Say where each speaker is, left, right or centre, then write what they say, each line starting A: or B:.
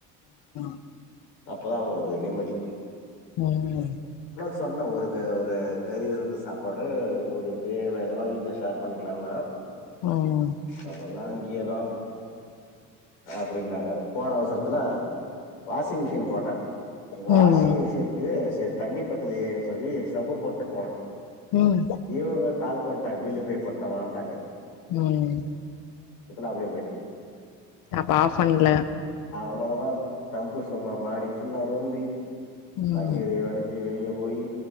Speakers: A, on the left; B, on the left.
A: <unintelligible>
B: அப்பதான் உங்களுக்கு நிம்மதி
A: உஹ <unintelligible> ம்
B: சொன்னேன் ஒரு க ஒரு கறி விருந்து சாப்பாடு ஒரு பிரியாணி வேணுமா வீட்டில் ஷேர் பண்ணிக்கலாம்ண்ணா
A: ம்
B: அதெல்லாம் இங்கே தான் அப்படின்னாங்க போற அவசரத்துல வாஷிங் மிஷின் போட்டேன் வாஷிங்
A: ம்
B: மிஷினுக்கு சேர்த்து பத்தலேயேன்னு சொல்லி சப்பு போட்டு போனேன்
A: ம் ம்
B: இவங்க கால் பண்ணிட்டாங்க பில்லு பே பண்ண வாட்டாங்க <unintelligible>
A: ம்
B: அப்டியே போயிட்டே
A: அப்ப ஆஃப் பண்ணல
B: அவ்வளவுதான் தம்பு சும்மா மாடி ஃபுல்லா ரொம்பி
A: ம்
B: தண்ணீர் வழிஞ் வெளியே போய்